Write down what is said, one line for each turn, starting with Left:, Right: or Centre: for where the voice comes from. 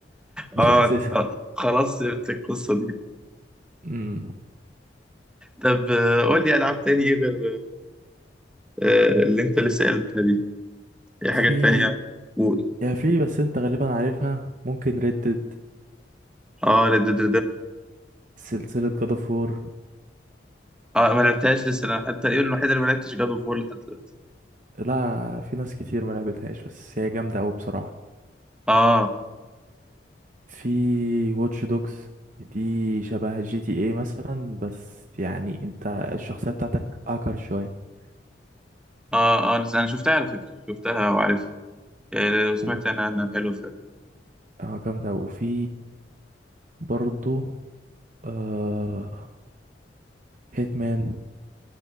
Right: مش
Centre: آه
Right: <laughs> حاسسها
Centre: آه، خلاص سبت القصة دي
Right: امم
Centre: طب آه، قول لي ألعاب تاني إيه غير آه، آه، اللي أنت لسه قلتها دي إيه
Right: في
Centre: حاجات تانية قول
Right: يا في بس انت غالبا عارفها ممكن ردد
Centre: آه ريد ديد
Right: سلسله جاد اوف وور
Centre: اه ما لعبتهاش لسه انا حتى ايه الوحيده اللي ما لعبتش جاد اوف وور لحد دلوقتي
Right: لا في ناس كتير ما لعبتهاش بس هي جامده قوي بصراحه
Centre: اه
Right: في واتش دوجز دي شبه جي تي ايه مثلا بس يعني انت الشخصيه بتاعتك اكر شويه
Centre: اه اه انا أنا شفتها على فكره شفتها وعارفها يعني وسمعت
Right: و-
Centre: انا انا حلو فيلم
Right: اه جامده وفي برضو آه هيتمان